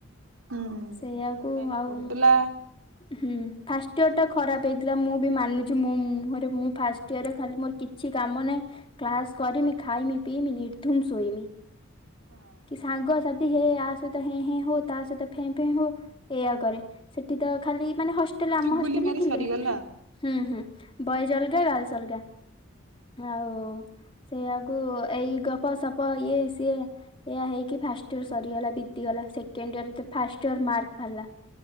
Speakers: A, on the right; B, on the left.
A: ହୁଁ
B: ସେଇଆକୁ
A: ସାଇନ୍ସ
B: ଆଉ
A: ପଢୁଥିଲା।
B: ହୁଁ, ଫାଷ୍ଟ ଇୟର ଟା ଖରାପ ହେଇଥିଲା, ମୁଁ ବି ମାନୁଛି ମୋ ମୁହଁରେ ମୁଁ ଫାଷ୍ଟ ଇୟରରେ ଖାଲି ମୋର କିଛି କାମ ନାହିଁ, କ୍ଲାସ କରିମି, ଖାଇମି, ପିଇମି, ନିର୍ଦ୍ଧୁମ ଶୋଇମି।
A: ହଁ
B: କି ସାଙ୍ଗ ସାଥୀ ଆ ସହିତ ହେଁ, ହେଁ ହଉ ତା ସହିତ ଫେଁ, ଫେଁ ହୋ। ଏଇଆ କରେ ସେଠି ତ ଖାଲି ମାନେ ହଷ୍ଟେଲ୍
A: ପୁରା
B: ଆମ
A: ଚୁଗୁଲି
B: ହଷ୍ଟେଲ୍
A: ମାରି
B: ଥିଲେ
A: ସରିଗଲା।
B: ହୁଁ, ହୁଁ ବଏଜ୍ ଅଲଗା ଗାର୍ଲସ୍ ଅଲଗା ଆଉ କଅଣ ସେଇଆକୁ ଏଇ ଗପସପ ଇଏ ସିଏ ଏଇଆ ହେଇକି ଫାଷ୍ଟ୍ ସଗଗଲା ବିତିଗଲା ସେକେଣ୍ଡୟଅର ଯେତେ ଫାର୍ଷ୍ଟ ୟଅର୍ ମାର୍କ ବାହାରିଲା।